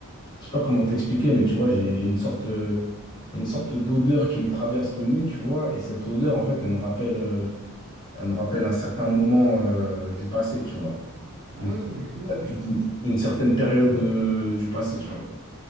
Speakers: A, on the left (about 20°); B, on the right (about 50°).
A: je sais pas comment t'expliquer, mais tu vois, j'ai j'ai une sorte, euh, une sorte d'odeur qui me traverse le nez, tu vois, et cette odeur, en fait, elle me rappelle, euh, elle me rappelle un certain moment euh, du passé, tu vois,
B: Ah
A: une,
B: oui, oui, mais clairement, moi, je vois,
A: une-
B: je vois-
A: une certaine période euh, du passé, tu vois.